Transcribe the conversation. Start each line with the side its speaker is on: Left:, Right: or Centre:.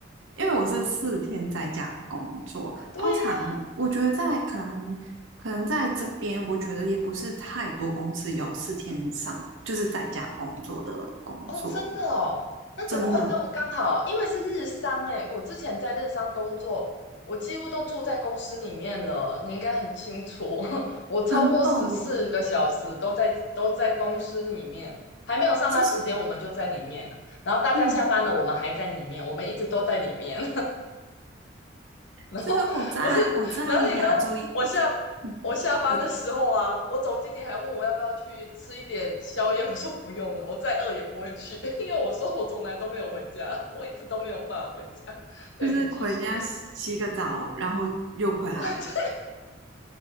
Right: 因为我是四天在家工作，
Left: 对呀，
Right: 通常我觉得在可能可能在这边，我觉得也不是太多公司有四天上就是在家工作的工作，
Left: 哦，真的哦，那怎么会这么刚好？
Right: 真的
Left: 因为是日商诶，我之前在日商工作，我几乎都住在公司里面了，你应该很清楚，<laughs> 我超过十四个小时都在都在公司里面，
Right: 很懂。
Left: 还没有上班时间我们就在里面了，
Right: 就是
Left: 然后大家下班了我们还在里面，
Right: 嗯，
Left: 我们一直都在里面。<laughs>
Right: 就是我在我在亚洲一，
Left: 后不是，然后你知道我下我下班的时候啊，
Right: 嗯你
Left: 我总经理还问我要不要去吃一点宵夜，我说不用了，我再饿也不会去，<laughs> 因为我说我从来都没有回家，我一直都没有办法回家。对你继续，
Right: 就是回家洗洗个澡，然后又回来了，
Left: <laughs>